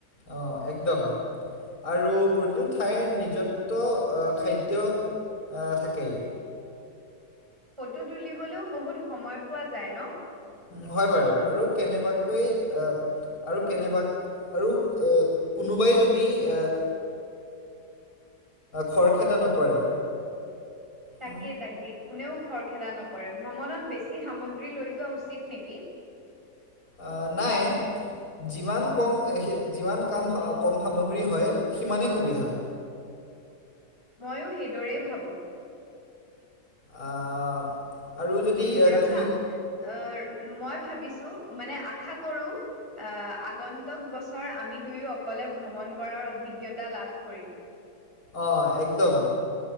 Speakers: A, on the left; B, on the right.
A: অ, একদম। আৰু প্ৰতিটো ঠাইৰ নিজত্ব অ, খাদ্য আ, থাকেই।
B: ফটো তুলিবলৈও বহুত সময় পোৱা যায় ন?
A: উম, হয় বাৰু আৰু কেনেবাকৈ আ আৰু কেনেবা আৰু অ, কোনোবাই যদি এ অ, খৰখেদা নকৰে।
B: তাকে
A: হুম,
B: -তাকে কোনেও খৰখেদা নকৰে ভ্ৰমণত বেছি সামগ্ৰী লৈ যোৱা উচিত নিকি?
A: অ, নাই। যিমান কম যিমান কাম কম সামগ্ৰী হয় সিমানেই সুবিধা হয়।
B: ময়ো সেইদৰেই ভাবোঁ।
A: আ, উম আৰু যদি
B: উম ৰখা
A: তুমি
B: অ, মই ভাবিছোঁ মানে আশা কৰোঁ আহ আগন্তক বছৰ আমি দুয়ো অকলে ভ্ৰমণ কৰাৰ অভিজ্ঞতা লাভ কৰিম।
A: অ একদম